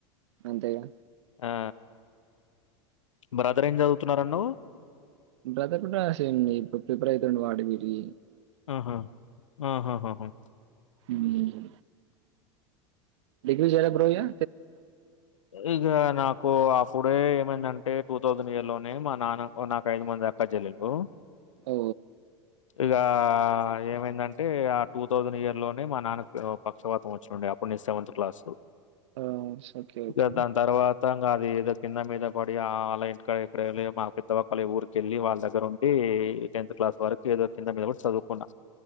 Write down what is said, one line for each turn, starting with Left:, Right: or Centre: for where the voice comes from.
Right: అంతేగా.
Left: ఆ బ్రదర్ ఏం చదువుతున్నారన్నవ్
Right: బ్రదర్ కూడా సేమ్ ఇప్పుడు ప్రిపేర్ అవుతుండు వాడి వీరి
Left: ఆహా ఆహాహ అ
Right: హుమ్ దిగ్విజయరా బ్రో ఇగా
Left: ఇగ నాకు ఇప్పుడే ఏమైందంటే టూ థౌజండ్ ఇయర్ లోనే మా నాన్న నాకు ఐదు మంది అక్క చెల్లెలు
Right: ఓ
Left: ఇక ఏమైందంటే ఆ టూ థౌసండ్ ఇయర్ లోనే మా నాన్నకి పక్షపాతం వచ్చిండి అప్పుడు సెవెంత్ క్లాస్.
Right: ఆ ఓకే
Left: ఇక
Right: ఓకే
Left: దాని తరువాత. ఆ అది ఏదో కింద మీద పడి అళ్ళఇంటి కడా ఇక్కడ వెళ్ళి మా పెద్ద ఒక్కళ ఊరికి వెళ్లి వాళ్ళ దగ్గర ఉండి టెన్త్ క్లాస్ వరకు ఏదో కింద మీద పడి చదువుకున్న